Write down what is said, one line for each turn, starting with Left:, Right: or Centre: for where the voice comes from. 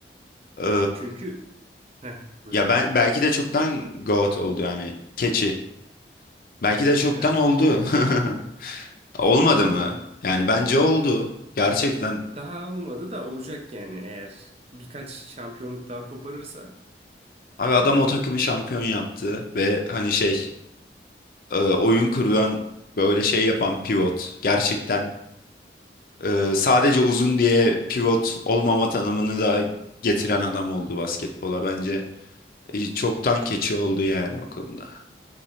Left: Ee,
Right: Çünkü heh, buyur
Left: ya
Right: aga.
Left: ben belki de çoktan GOAT oldu yani keçi. Belki de
Right: <laughs>
Left: çoktan oldu. <laughs> Olmadı mı? Yani bence oldu. Gerçekten.
Right: Daha olmadı da olacak yani eğer birkaç şampiyonluk daha koparırsa
Left: Abi adam o takımı şampiyon yaptı ve hani şey e, oyun kuruyan böyle şey yapan pivot. Gerçekten e, sadece uzun diye pivot olmama tanımını da getiren adam oldu basketbola. Bence e, çoktan keçi oldu yani o konuda.